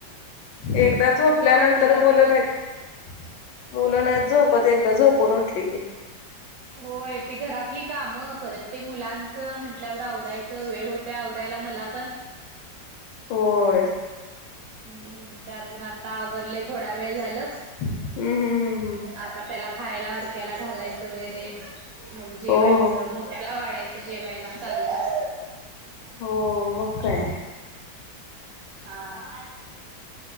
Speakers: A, on the left (about 75°); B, on the right (about 70°).
A: एकदा
B: आता
A: झोपल्यानंतर
B: थोडा वेळ झाला
A: मुल
B: झोपून
A: नाही त मुलं नाही झोपत,
B: होय
A: एकदा झोपून उठली की.
B: होय ते घरातली काम, परत ते मुलांचं, म्हंटल्यावर आवरायचं वेळ होत ते आवरायला मला पण.
A: होय.
B: हम्म, त्यातून आता आवरलय थोडा वेळ झालं
A: हम्म हम्म हम्म हम्म
B: आता त्याला खायला बारक्याला घालायचं वगैरे मग जेवायचं,
A: हो हो.
B: मोठ्याला वाढायचं जेवायला, चालूच असत.
A: हो, मग काय?
B: हा.